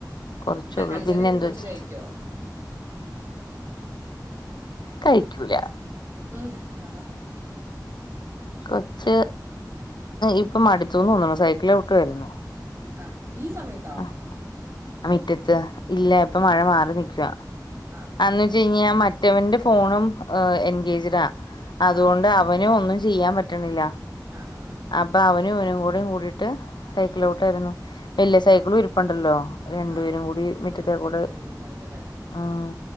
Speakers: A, on the left; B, on the right.
A: കൊർ ചള്ളൂ
B: തക്കാളി
A: പിന്നെ
B: കറിയൊക്കെ
A: എന്തുച്ച്
B: കൊച്ച് കഴിക്കോ
A: കഴിക്കൂല
B: ഉം ഹാ ഹ
A: കൊച്ച് ഇപ്പം മടിച്ചുന്ന് തോന്ന്ണു സൈക്കിള് ചവിട്ട്യാരുന്നു
B: ആ ഈ സമയത്
A: അ അ മിറ്റത്ത് ഇല്ല ഇപ്പൊ മഴ മാറി നിക്കുവാ
B: ആഹ്
A: അന്ന്ച്ചിഞ്ഞാൽ മറ്റ റ്റവന്റെ ഫോണും എൻഗേജഡാ അതുകൊണ്ട്
B: ആഹ്
A: അവനും ഒന്നും ചെയ്യാൻ പറ്റണില്ല
B: ആഹ് ആഹ് ആഹ്
A: അപ്പൊ അവനും അവനും കൂടെയും കൂടിട്ട് സൈക്കിളിലോട്ടായിരുന്നു എല്ലേ സൈക്കിള്
B: ആഹ്
A: ഇരിപ്പണ്ടല്ലോ രണ്ടുപേരും
B: ആഹ്
A: കൂടി മുറ്റത്തേക്കൂടെ
B: രണ്ടുപേരും കൂടി ഒന്ന് ചവിട്ടലാണ്
A: ഉം